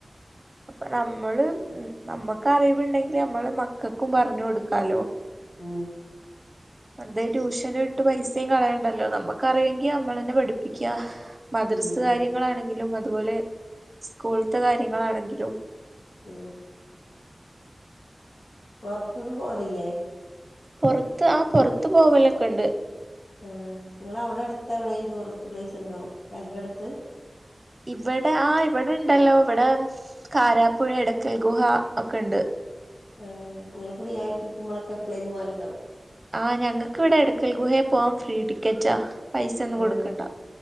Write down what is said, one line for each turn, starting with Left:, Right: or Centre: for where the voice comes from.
Right: അപ്പൊ നമ്മള് ഉ നമ്മുക്ക് അറിവുണ്ടെങ്കിൽ നമ്മള് മക്കൾക്കും പറഞ്ഞു കൊടുക്കാലോ
Left: ഓ
Right: വെറുതെ ട്യൂഷനും ഇട്ട് പൈസയും കളയണ്ടല്ലോ നമ്മുക്കറിയുമെങ്കിൽ നമ്മളെന്നെ പഠിപ്പിക്കാ മദ്രസ്
Left: ഉം
Right: കാര്യങ്ങളാണെങ്കിലും അതുപോലെ സ്കൂളത്തെ കാര്യങ്ങളാണെങ്കിലും
Left: ആഹ പുൊറത്തൊന്ന പോലില്ലേ
Right: പുൊറത്ത് ആ പുൊറത്ത് പോവലൊക്കെണ്ട്
Left: ആ നിങ്ങ അവിടെ അടുത്ത് എവിടെേും ടൂറിസ്റ്റ് പ്ലേസ് ഉണ്ടോ പേരന്റെ അടുത്ത്
Right: ഇവ്ടെ ആ ഇവിടെ ഇണ്ടല്ലോ ഇവിടെ കാരാപ്പുഴ, എടക്കൽ ഗുഹ, ഒക്കെണ്ട്
Left: ഏ ങ്ങള് ഫ്രീ ആയിട്ടിരിക്കുബളൊക്കെ എപ്പളേലും പോവല്ണ്ടോ?
Right: ആ ഞങ്ങക്കിവ്ടെ എടക്കൽ ഗുഹെ പോവാൻ ഫ്രീ ടിക്കറ്റാ പൈസന്നും
Left: ഏഹ്
Right: കൊടുക്കണ്ട